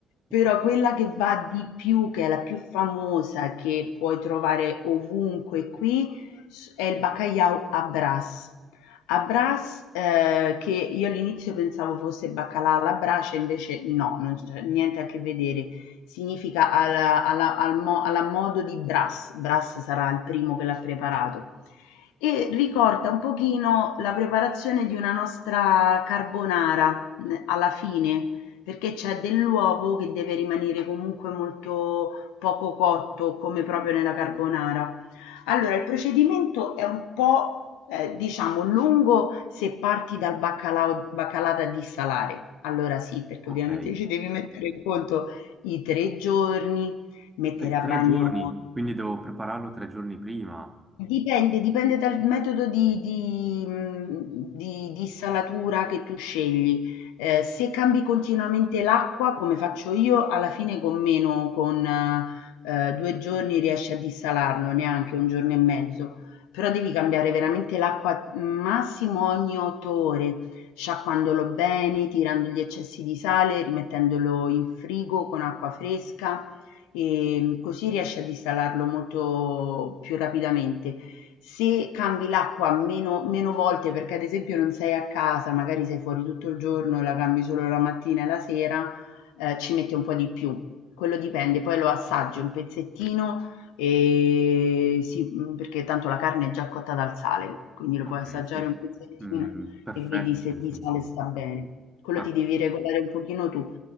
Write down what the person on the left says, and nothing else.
però quella che va di più, che è la più famosa, che puoi trovare ovunque qui, s- è il bacalhau a Brás. A Brás, eh, che io all'inizio pensavo fosse baccalà alla brace, invece no, non c'è niente a che vedere. Significa alla, alla- al mo- alla modo di Brás. Brás sarà il primo che l'ha preparato. E ricorda un pochino la preparazione di una nostra carbonara n- alla fine, perché c'è dell'uovo che deve rimanere comunque molto poco cotto, come proprio nella carbonara. Allora, il procedimento è un po', eh, diciamo, lungo se parti dal baccalà, baccalà da dissalare. Allora sì, perché
ovviamente ci devi mettere in conto i tre giorni, mettere
a
bagno
Dipende, dipende dal metodo di, di, mh, di- di salatura che tu scegli. Eh, se cambi continuamente l'acqua, come faccio io, alla fine con meno, con eh, due giorni riesci a dissalarlo, neanche un giorno e mezzo. Però devi cambiare veramente l'acqua massimo ogni otto ore, sciacquandolo bene, tirando gli eccessi di sale, rimettendolo in frigo con acqua fresca ehm, così riesci a installarlo molto più rapidamente. Se cambi l'acqua meno, meno volte, perché ad esempio non sei a casa, magari sei fuori tutto il giorno e la cambi solo la mattina e la sera, eh, ci mette un po' di più. Quello dipende, poi lo assaggi un pezzettino e sì, mh, perché tanto la carne è già cotta dal sale, quindi lo
puoi assaggiare
un pezzettino
e vedi se
di
sale sta bene. Quello
ti devi regolare un pochino tu.